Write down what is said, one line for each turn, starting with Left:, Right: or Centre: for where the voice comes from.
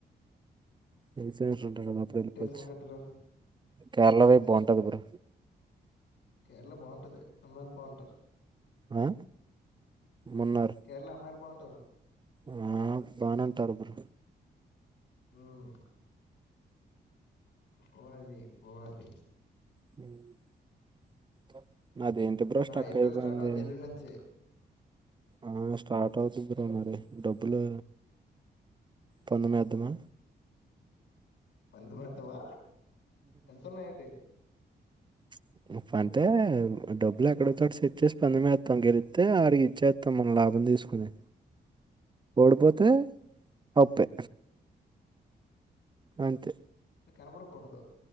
Right: ఏసేట్లుంటే గాని అప్పుడెళ్ళిపోవచ్చు
Left: సంగతులు
Right: కేరళ వైపు బావుంటది బ్రో
Left: కేరళ బాగుంటది అమ్మాయ్లు బాగుంటారు
Right: ఆ మున్నార్
Left: కేరళ అమ్మాయ్లు బాగ్ టర్
Right: ఆ బానే ఉంటారు గురు
Left: మ్మ్ పొవాలి పోవాలి
Right: హ్మ్మ్ అదేంటి బ్రో స్టక్
Left: ఐపీఎల్
Right: అయిపోయింది
Left: స్టార్ట్ అవుద్ది ఎల్లుండి నుంచి
Right: ఆ స్టార్ట్ అవుద్ధి బో ఎట్లా మరి డబ్బులు పందెం వేద్దామా
Left: పందెం ఆ ఏతవా ఎంత ఉన్నా ఎటి
Right: <unintelligible> అంతే డబ్బులు ఎక్కడో ఓక్చోట తెచ్చేసి పందెంమేతాం గెలితే ఆడికి ఇచ్చేతాం మనం లాభం తీస్కొన్ని ఓడిపోతే అప్పే అంతే
Left: మీక్ కనపడకూడదు